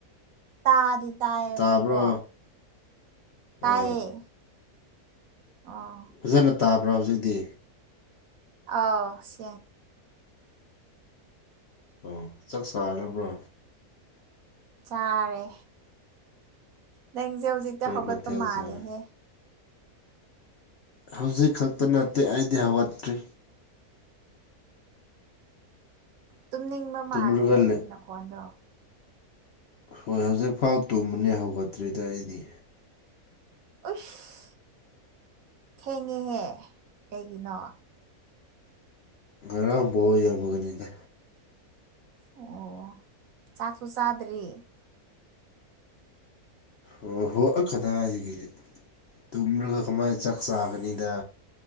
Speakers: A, on the right (about 70°); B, on the left (about 60°).
A: ꯇꯥꯗꯤ ꯇꯥꯏꯌꯦꯕꯀꯣ
B: ꯇꯥꯕ꯭ꯔꯣ
A: ꯇꯥꯏꯌꯦ
B: ꯑꯥ
A: ꯑꯣ
B: ꯐꯖꯅ ꯇꯥꯕ꯭ꯔꯥ ꯍꯧꯖꯤꯛꯗꯤ
A: ꯑꯥꯎ ꯁꯤꯡ
B: ꯑꯣ ꯆꯥꯛ ꯆꯥꯔꯕ꯭ꯔꯣ
A: ꯆꯥꯔꯦ ꯅꯪꯁꯦ ꯍꯧꯖꯤꯛꯇ
B: ꯀꯔꯤ
A: ꯍꯧꯒꯠꯄ
B: ꯃꯊꯦꯜ
A: ꯃꯥꯜꯂꯦꯍꯦ
B: ꯆꯥꯔꯦ ꯍꯧꯖꯤꯛ ꯈꯛꯇ ꯅꯠꯇꯦ ꯑꯩꯗꯤ ꯍꯧꯒꯠꯇ꯭ꯔꯤ
A: ꯇꯨꯝꯅꯤꯡꯕ
B: ꯇꯨꯝꯔꯒ
A: ꯃꯥꯜꯂꯦ ꯅꯪꯒꯤ
B: ꯂꯩ
A: ꯅꯈꯣꯟꯗꯣ
B: ꯍꯣꯏ ꯍꯧꯖꯤꯛꯐꯥꯎ ꯇꯨꯝꯕꯅꯦ ꯍꯧꯒꯠꯇ꯭ꯔꯤꯗ ꯑꯩꯗꯤ
A: ꯎꯁ ꯊꯦꯡꯉꯦꯍꯦ ꯀꯩꯒꯤꯅꯣ
B: ꯉꯔꯥꯡ ꯕꯣꯜ ꯌꯦꯡꯕꯒꯅꯤꯅꯦ
A: ꯑꯣ ꯆꯥꯛꯁꯨ ꯆꯥꯗ꯭ꯔꯤ
B: ꯍꯣꯏ ꯍꯣꯏꯑ ꯈꯗꯥꯁꯤꯗꯒꯤ ꯇꯨꯝꯂꯒ ꯀꯃꯥꯏꯅ ꯆꯥꯛ
A: ꯑꯁ
B: ꯆꯥꯒꯅꯤꯗ